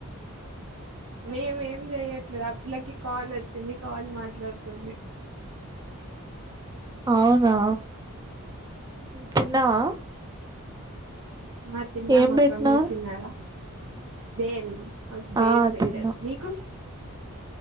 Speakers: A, on the right; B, on the right.
A: మేమేం చేయట్లేదు ఆ పిల్లకి కాల్ వచ్చింది కాల్ మాట్లాడుతుంది
B: అవునా తిన్నావా
A: ఆ తిన్నామక్కా
B: ఏం పెట్టినారు
A: మీరు తిన్నారా బేల్ బేల్
B: ఆ
A: పెట్టారు
B: తిన్నా
A: మీకు